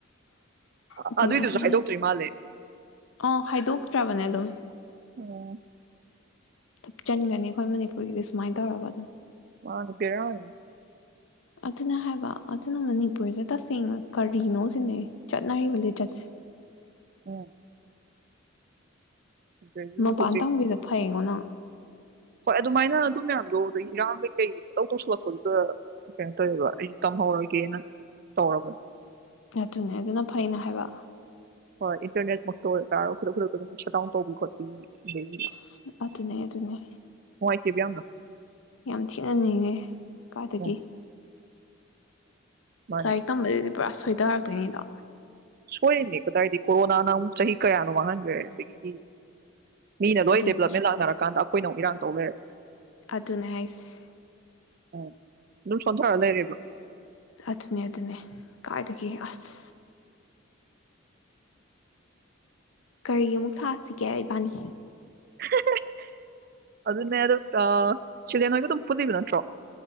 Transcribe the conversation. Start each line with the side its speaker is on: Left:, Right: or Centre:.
Right: ꯑ-
Left: ꯑꯗꯒꯤꯗꯤ
Right: ꯑꯗꯨꯏꯗꯨꯁꯨ ꯍꯥꯏꯗꯣꯛꯇ꯭ꯔꯤ ꯃꯥꯜꯂꯦ
Left: ꯑꯥ ꯈꯥꯏꯗꯣꯛꯇ꯭ꯔꯕꯅꯦ ꯑꯗꯨꯝ
Right: ꯎꯝ
Left: ꯊꯨꯞꯆꯟꯒꯅꯤ ꯑꯩꯈꯣꯏ ꯃꯅꯤꯄꯨꯔꯒꯤꯗꯤ ꯁꯨꯃꯥꯏꯅ ꯇꯧꯔꯒ
Right: ꯃꯥꯅꯤ ꯕꯦꯔꯥꯅꯤ
Left: ꯑꯗꯨꯅ ꯍꯥꯏꯕ ꯑꯗꯨꯅ ꯃꯅꯤꯄꯨꯔꯗ ꯇꯁꯦꯡꯅ ꯀꯔꯤꯅꯣ ꯁꯤꯅꯤ ꯆꯠꯅꯔꯤꯕ ꯂꯤꯆꯠꯁꯦ
Right: ꯎꯝ꯫ ꯑꯗꯒꯤ
Left: ꯃꯄꯥꯟ
Right: ꯍꯧꯖꯤꯛ
Left: ꯇꯝꯒꯤꯕꯗꯣ ꯐꯩꯌꯦꯉꯣ ꯅꯪ
Right: ꯍꯣꯏ ꯑꯗꯨꯃꯥꯏꯅ ꯑꯗꯨ ꯃꯌꯥꯝꯗꯣ ꯑꯩ ꯏꯔꯥꯡ ꯀꯩꯀꯩ ꯄꯨꯡꯇꯧ ꯇꯧꯁꯤꯜꯂꯛꯄꯗꯨꯗ ꯀꯩꯅꯣ ꯇꯧꯋꯦꯕ ꯑꯩꯁꯨ ꯇꯝꯍꯧꯔꯒꯦꯅ ꯇꯧꯔꯕ
Left: ꯑꯗꯨꯅꯦ ꯑꯗꯨꯅ ꯐꯩꯅꯦ ꯍꯥꯏꯕ꯫
Right: ꯍꯣꯏ ꯏꯟꯇꯔꯅꯦꯠ ꯃꯛꯇ ꯑꯣꯏ ꯇꯥꯔꯖꯨ ꯈꯨꯗꯛ ꯈꯨꯗꯛꯇ ꯑꯗꯨꯝ ꯁꯠꯗꯥꯎꯟ ꯇꯧꯕꯤ ꯈꯣꯠꯄꯤ ꯑꯗꯒꯤ
Left: ꯑꯁ ꯑꯗꯨꯅꯦ ꯑꯗꯨꯅꯦ꯫
Right: <unintelligible>
Left: ꯌꯥꯝ ꯊꯤꯅ ꯅꯤꯍꯦ ꯀꯥꯏꯗꯒꯤ
Right: ꯎꯝ ꯃꯥꯅꯦ
Left: ꯂꯥꯏꯔꯤꯛ ꯇꯝꯕꯗꯗꯤ ꯄꯨꯔꯥ ꯁꯣꯏ ꯇꯔꯛꯇꯣꯏꯅꯤꯗꯣ
Right: ꯁꯣꯏꯔꯤꯅꯦ ꯀꯗꯥꯏꯗꯤ ꯀꯣꯔꯣꯅꯥꯅ ꯑꯃꯨꯛ ꯆꯍꯤ ꯀꯌꯥꯅꯣ ꯃꯥꯡꯍꯟꯈ꯭ꯔꯦ ꯑꯗꯒꯤꯗꯤ ꯃꯤꯅ ꯂꯣꯏ
Left: ꯑꯗꯨꯅꯦ
Right: ꯗꯦꯕꯂꯞꯃꯦꯟ ꯂꯥꯛꯅꯔꯀꯥꯟꯗ ꯑ ꯑꯩꯈꯣꯏꯅ ꯑꯃꯨꯛ ꯏꯔꯥꯡ ꯇꯧ ꯂꯩꯔꯦ
Left: ꯑꯗꯨꯅꯦ ꯍꯤꯏꯁꯦ꯫
Right: ꯎꯝ ꯑꯗꯨꯝ ꯁꯣꯟꯊꯔ ꯂꯩꯔꯦꯕ꯫
Left: ꯑꯗꯨꯅꯦ ꯑꯗꯨꯅꯦ ꯀꯥꯏꯗꯒꯤ ꯑꯁ ꯀꯔꯤ ꯑꯃꯨꯛ ꯁꯥꯁꯤꯒꯦ ꯏꯕꯥꯅꯤ
Right: <unintelligible> ꯑꯗꯨꯅꯦ ꯑꯗꯨ ꯑꯥ ꯁꯤꯗꯦꯟ ꯍꯣꯏꯒ ꯑꯗꯨꯝ ꯄꯨꯕꯤꯕ ꯅꯠꯇ꯭ꯔꯣ꯫